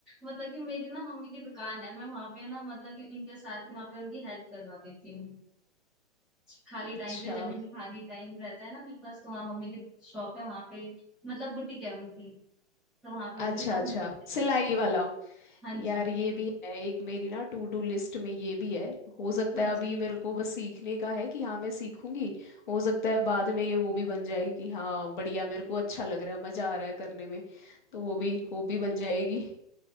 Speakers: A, in the centre; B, on the left (about 40°).
A: मतलब कि मेरी ना मम्मी की दुकान है मैं वहां पे ना मतलब कि उनके साथ ही वहां पे उनकी हेल्प करवा देती हूँ खाली टाइम
B: अच्छा
A: पे जब भी खाली टाइम रहता है ना मेरे पास तो वहाँ मम्मी की शॉप है वहां पे मतलब बुटीक है उनकी तो वहां पे उनके
B: अच्छा
A: साथ
B: अच्छा
A: मदद-
B: सिलाई वाला
A: हाँ
B: यार
A: जी
B: ये भी है एक मेरी ना टू डू लिस्ट में ये भी है हो सकता
A: अच्छा
B: है अभी मेरे को बस सीखने का है कि हाँ मैं सीखूंगी हो सकता है बाद में ये वो भी बन जाए कि हाँ बढ़िया मेरे को अच्छा लग रहा है मजा आ रहा है करने में तो वो भी
A: अच्छा।
B: वो भी बन जाएगी